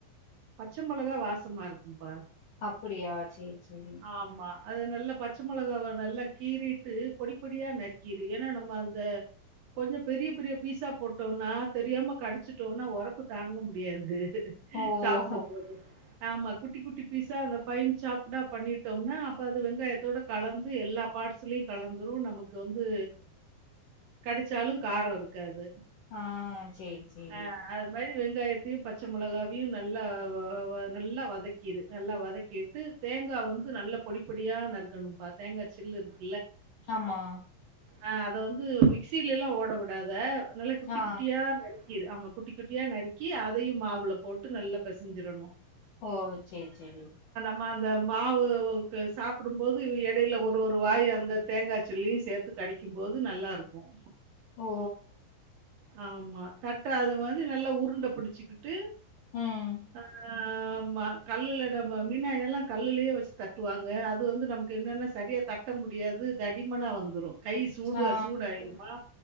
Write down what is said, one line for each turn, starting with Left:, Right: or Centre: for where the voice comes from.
Right: பச்சை மொளகா வாசமா இருக்கும்பா
Left: அப்படியா சரி சரி
Right: ஆமா. அது நல்லா பச்சை மொளகாவ நல்லா கீறிட்டு பொடிப்படியா நறுக்கிரு ஏன்னா நம்ம அந்த கொஞ்சம் பெரிய பெரிய பீஸா போட்டோம் நான் தெரியாம கடிச்சிட்டோம்னா உரப்பு தாங்க முடியாது
Left: ஓஹோ
Right: சாப்டும் போது ஆமா குட்டி குட்டி பீஸா அந்த ஃபைன் சாப்டா பண்ணிட்டோம்னா அப்போ அது வெங்காயத்தோட கலந்து எல்லா பார்ட்ஸ்லயும் கலந்துரும் நமக்கு வந்து கடுச்சாலும் காரம் இருக்காது
Left: ஆஹ் சரி சரி
Right: அ அது மாரி வெங்காயத்தையும் பச்சை மொளகாவையும் நல்லா நல்லா வதக்கிரு நல்லா வதக்கிட்டு தேங்காய் வந்து நல்ல பொடி பொடியா நறுக்கணும்ப்பா தேங்காய் சில்லு இருக்
Left: ஆமா
Right: ஆஹ் அத வந்து மிக்சிலலா ஓடவுடாத அதனால குட்டி
Left: ஆ
Right: குட்டியா நறுக்கி ஆ குட்டி குட்டியா நறுக்கி அதையும் மாவுல போட்டு நல்லா பெசஞ்சிரணும்
Left: ஓ சரி சரி
Right: ம் அந்த மாவு சாப்பிடும் போது இடையில ஒரு ஒரு வாய் அந்த தேங்காய்ச்சிலயும் சேர்த்து கடிக்கும் போது நல்லா இருக்கும்
Left: ஓ
Right: ஆமா தட்ட அதை வந்து நல்லா உருண்டை பிடிச்சிக்கிட்டு
Left: ம்
Right: ஆஹ் கல்லுல நம்ம மீனாய எல்லாம் கல்லுலயே வச்சு தட்டுவாங்க அது வந்து நமக்கு என்னன்னா சரியா தட்ட முடியாது தடிமனா வந்துரும் கை சூடுல
Left: ஆ
Right: சூடாயிருமா